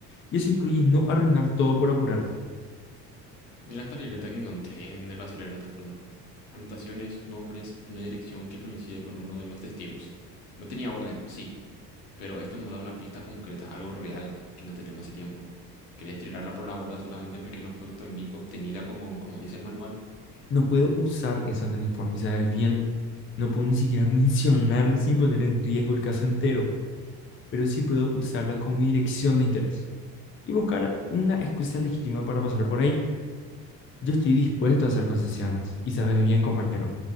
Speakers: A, on the left; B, on the left.
A: Y eso incluye no arruinar todo por apurarte.
B: Mira esta libreta que encontré en el basurero de fondo. Anotaciones, nombres y una dirección que coincide con uno de los testigos. No tenía orden, sí, Pero esto nos da una pista concreta, algo real que no tenemos hace tiempo. ¿Querés tirarla por la borda solamente porque no fue obteni- obtenida como, como dice el manual?
A: no puedo usar eso en el informe, ¿sabes bien? No puedo ni siquiera <laughs> mencionarla sin poner en riesgo el caso entero, pero sí puedo usarla como dirección de interés y buscar una excusa legítima para pasar por ahí. Yo estoy dispuesto a hacer concesiones, y sabes bien, compañero,